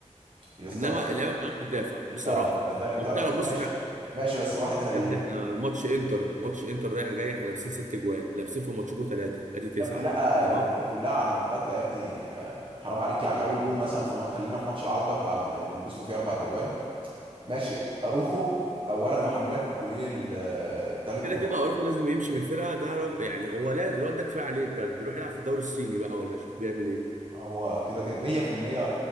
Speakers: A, on the right (about 45°); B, on the right (about 80°).
A: يستوعب
B: انما اللعيبه ما بتعرفش تدافع بصراحه
A: لا لا صدقني بتعرف
B: لو بتعرف بص
A: ماشي
B: احنا
A: ماشي بس واحد زي
B: يا ابني احنا ماتش انتر ماتش انتر رايح جاي احنا لابسين ست جوان لابسين في ماتشكم ثلاثه ادي تسعه
A: يا ابني لا
B: تمام؟
A: الاجوان كلها على المرتده يا ابني آه، حرام عليك يعني اول جون مثلا في مط- خلينا في ماتش العوده بتاع ال- اللي لبسته فيه اربع اجوان ماشي اروخو اولا محملك الجونين ال- آه، التالت
B: كده
A: والرابع
B: كده اروخو لازم يمشي من الفرقه ده رج... يعني هو لازم الواد ده كفايه عليه بجد يروح يلعب في الدوري الصيني بقى ولا شوف بيعمل ايه
A: هو كده كده 100%